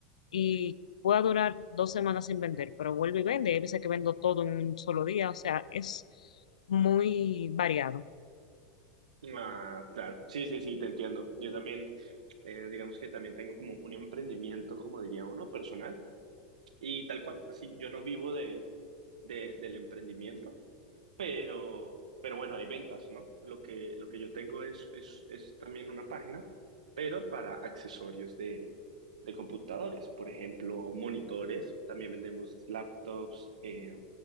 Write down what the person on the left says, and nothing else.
y pueda durar dos semanas sin vender, pero vuelve y vende. Hay veces que vendo todo en un solo día, o sea, es muy variado.